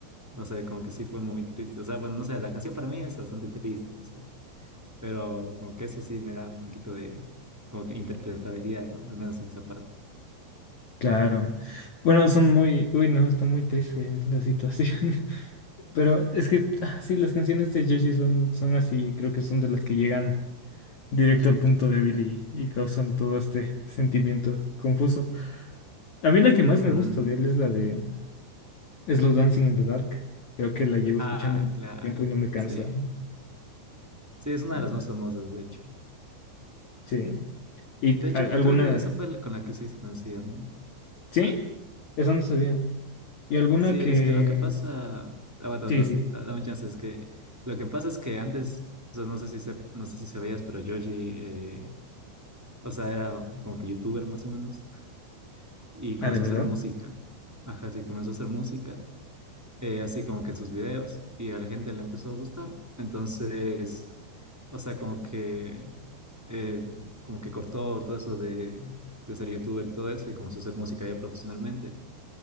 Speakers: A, in the centre; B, on the left.
A: no sé, como que sí fue muy triste. O sea, bueno, no sé, la canción para mí es bastante triste, no sé, pero como que eso sí me da un poquito de, como que interpretabilidad, ¿no? Al menos en esa parte.
B: claro. Bueno, son muy. Uy, no, está muy triste la situación. <laughs> Pero es que ah, sí, las canciones de Joji son, son así. Creo que son de las que llegan directo al punto débil y, y causan todo este sentimiento confuso. A mí la que más me
A: Mm.
B: gusta de él es la de Slow Dancing in the Dark. Creo que la llevo escuchando
A: Ah,
B: un
A: claro,
B: tiempo y no me cansa.
A: sí. Sí, es una
B: Eh,
A: de las más famosas, de hecho.
B: Sí. ¿Y
A: De hecho,
B: a- alguna?
A: creo que esa fue la- con la que se hizo conocida, ¿no?
B: ¿Sí? Eso no sabía. ¿Y alguna
A: Sí,
B: que...
A: es que lo que pasa, aguanta,
B: Sí,
A: aguanta,
B: sí.
A: da- dame chance, es que lo que pasa es que antes, o sea, no sé si se, no sé si sabías, pero Yoji, eh, o sea, era como que youtuber más o menos. y comenzó
B: Ah, ¿de verdad?
A: a hacer música. Ajá, sí, comenzó a hacer música, eh, así como que en sus videos, y a la gente le empezó a gustar. Entonces, o sea, como que, eh, como que cortó todo eso de, de ser youtuber y todo eso, y comenzó a hacer música ya profesionalmente,